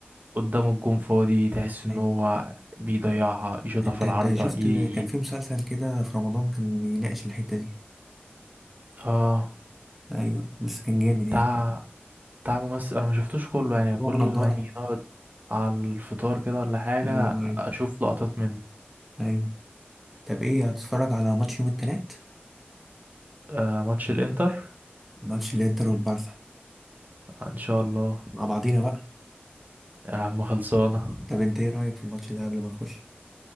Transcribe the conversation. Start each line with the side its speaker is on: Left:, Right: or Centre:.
Right: قدام الجون فاضي تحس إن
Centre: ايوه
Right: هو بيضيعها يشوطها
Centre: انت
Right: في العارضة
Centre: انت شفت
Right: ي...
Centre: كان في مسلسل كده في رمضان كان بيناقش الحته دي
Right: آه
Centre: ايوه بس كان جامد يعني
Right: بتاع بتاع ممثل أنا ما شفتوش كله يعني
Centre: اللي
Right: كل
Centre: هو بنضاره
Right: ما نيجي
Centre: ده
Right: نقعد على الفطار كده ولا حاجة
Centre: ايوه ايوه
Right: أشوف لقطات منه
Centre: ايوه طب ايه هتتفرج على ماتش يوم التلات
Right: آه ماتش الانتر
Centre: ماتش الانتر والبارسا
Right: آه، ان شاء الله
Centre: مع بعضينا بقى
Right: يا عم خلصانه
Centre: طب انت ايه رايك في الماتش ده قبل ما نخش